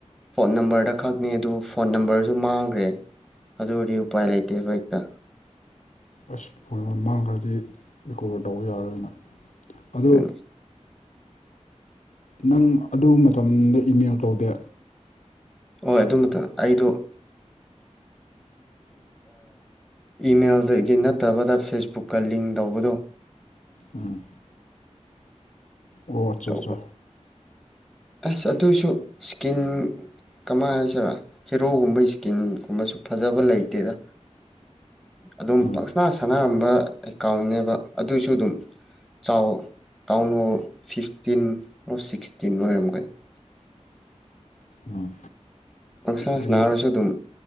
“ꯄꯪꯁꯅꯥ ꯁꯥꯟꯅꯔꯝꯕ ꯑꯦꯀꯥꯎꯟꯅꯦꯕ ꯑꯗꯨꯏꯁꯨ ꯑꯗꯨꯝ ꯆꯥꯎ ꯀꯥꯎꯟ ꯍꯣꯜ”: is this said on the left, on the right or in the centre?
Centre